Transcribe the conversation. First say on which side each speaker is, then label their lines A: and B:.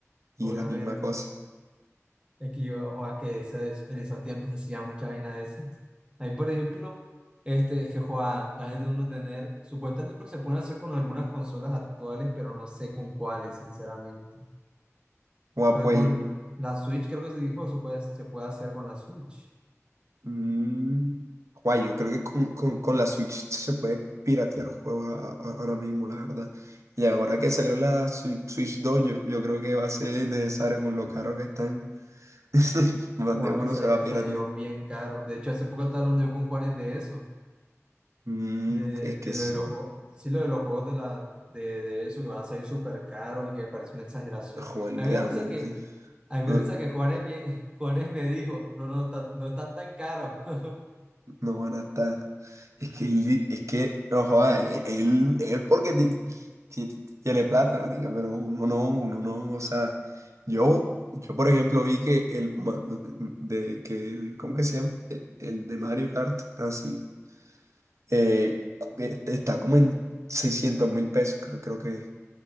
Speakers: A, on the right (about 70°); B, on the right (about 20°).
A: y
B: obviamente,
A: es la misma cosa.
B: es que yo, ojo, que ese es- en esos tiempos se hacía mucha vaina de esas, ahí por ejemplo, este, es que, joa, más de uno tener, supuestamente lo que se pueden hacer con algunas consolas actuales, pero no sé con cuáles, sinceramente.
A: Bueno,
B: Pero
A: pues
B: con la Switch creo que se dijo se puede, se puede hacer con la Switch.
A: Mm, guay, yo creo que con, con- con la Switch se puede piratear juegos a- a- ahora mismo, la verdad. Y ahora que salió la Switch, Switch dos yo, yo creo que va a ser necesario con lo caro que están. <laughs> Más
B: O
A: de
B: a
A: uno
B: que sal-
A: se va a piratear.
B: salieron bien caros. De hecho, hace poco estaba hablando yo con Juanes de eso.
A: Mm,
B: De,
A: es que
B: de
A: sí,
B: lo de los juegos. Sí, lo de los juegos de la de, de eso, que van a salir súper caros y que me parece una exageración.
A: joder, literalmente,
B: A mí me parece que, a mí
A: ¿no?
B: me parece que Juanes, bien, <laughs> Juanes me dijo, no, no, tan- no están tan caros. <laughs>
A: No van a estar. Es que, el di- es que, no joda, e- él, él porque ti- ti- tiene plata, marica, pero uno no, uno no, o sea, yo, yo por ejemplo vi que el, ma- de, que el, ¿cómo que se llama? E- El de Mario Kart, así, eh, e- está como en seiscientos mil pesos, creo, creo que,